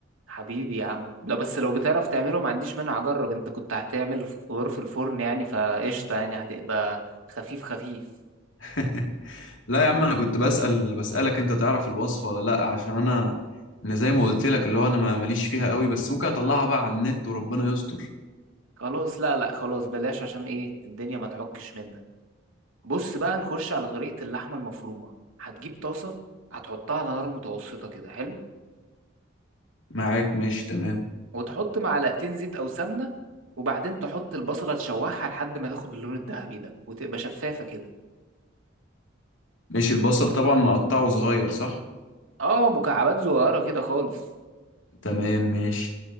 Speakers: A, on the right; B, on the left.
A: حبيبي يا عم لا بس لو بتعرف تعمله ما عنديش مانع اجرب انت كنت هتعمل خضار في الفرن يعني فقشطة يعني هتبقى خفيف خفيف
B: <laughs> لا يا عم أنا كنت بسأل بسألك أنت تعرف الوصفة ولا لأ عشان أنا أنا زي ما قلت لك اللي هو أنا ما- ماليش فيها قوي بس ممكن أطلعها بقى على النت وربنا يستر
A: خلاص لا لا خلاص بلاش عشان ايه الدنيا ما تعكش منك بص بقى نخش على طريقة اللحمة المفرومة هتجيب طاسة هتحطها على نار متوسطة كده حلو
B: معاك ماشي تمام
A: وتحط معلقتين زيت أو سمنة وبعدين تحط البصلة تشوحها لحد ما تاخد اللون الذهبي ده وتبقى شفافة كده
B: ماشي البصل طبعا مقطعه صغير صح
A: اه مكعبات صغيرة كده خالص
B: تمام ماشي